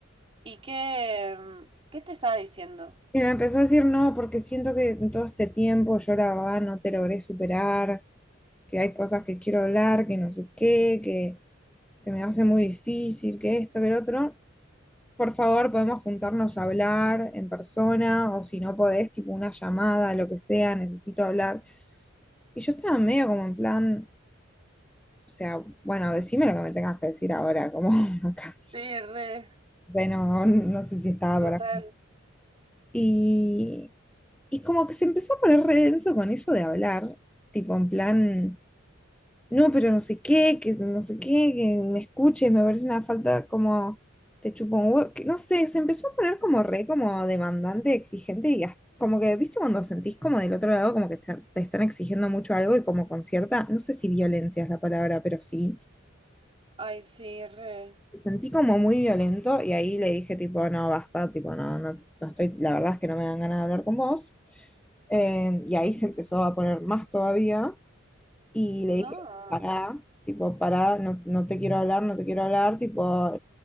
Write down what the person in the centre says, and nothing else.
Y me empezó a decir, no, porque siento que en todo este tiempo yo la verdad no te logré superar, que hay cosas que quiero hablar, que no sé qué, que se me hace muy difícil, que esto, que el otro. Por favor, podemos juntarnos a hablar en persona o si no podés, tipo una llamada, lo que sea, necesito hablar. Y yo estaba medio como en plan, o sea, bueno, decime lo que me tengas que decir ahora, como <laughs> acá.
O sea, no, no sé si estaba
para... Y, y como que se empezó a poner re denso con eso de hablar, tipo en plan, no, pero no sé qué, que no sé qué, que me escuches, me parece una falta como te chupo un huevo, que no sé, se empezó a poner como re, como demandante, exigente y hasta- como que, viste, cuando sentís como del otro lado, como que te, te están exigiendo mucho algo y como con cierta, no sé si violencia es la palabra, pero sí.
Lo Sentí como muy violento y ahí le dije tipo, no, basta, tipo, no, no, no estoy, la verdad es que no me dan ganas de hablar con vos. Eh, y ahí se empezó a poner más todavía. Y le
dije, pará, tipo, pará, no, no te quiero hablar, no te quiero hablar, tipo,